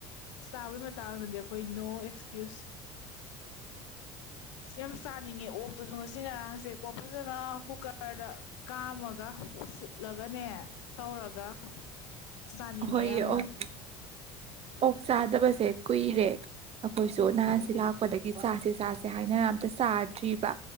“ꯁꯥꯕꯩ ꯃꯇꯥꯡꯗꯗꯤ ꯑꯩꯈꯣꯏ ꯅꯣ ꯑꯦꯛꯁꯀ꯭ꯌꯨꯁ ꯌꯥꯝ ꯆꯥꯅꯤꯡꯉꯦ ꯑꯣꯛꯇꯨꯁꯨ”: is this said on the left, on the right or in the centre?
Left